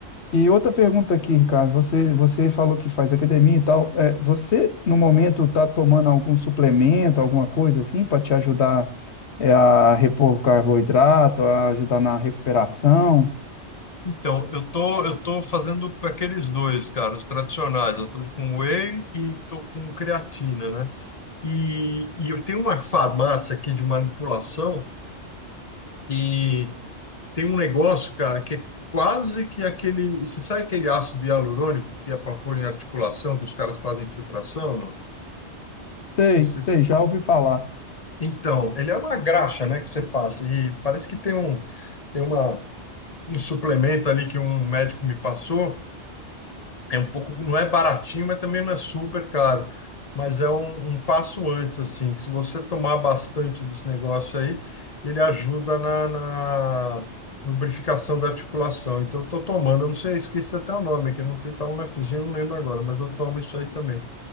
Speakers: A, on the left; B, on the left.
A: e outra pergunta aqui, Ricardo. Você, você falou que faz academia e tal. É, você, no momento, está tomando algum suplemento, alguma coisa assim, para te ajudar, é, a repor carboidrato, a ajudar na recuperação?
B: Então, eu tô, eu tô fazendo com aqueles dois, cara, os tradicionais. Eu tô com whey e tô com creatina, né? E, e eu tenho uma farmácia aqui de manipulação e tem um negócio, cara, que é quase que aquele... Você sabe aquele ácido hialurônico que é para pôr em articulação, que os caras fazem infiltração, não?
A: Sei,
B: Não sei se...
A: sei, já ouvi falar.
B: Então, ele é uma graxa, né, que você passa. E parece que tem um, tem uma, um suplemento ali que um médico me passou É um pouco, não é baratinho, mas também não é super caro. Mas é um, um passo antes, assim, que se você tomar bastante desse negócio aí, ele ajuda na, na lubrificação da articulação. Então, eu estou tomando, eu não sei, esqueci até o nome, que eu não tenho, tá na cozinha, eu não lembro agora, mas eu tomo isso aí também.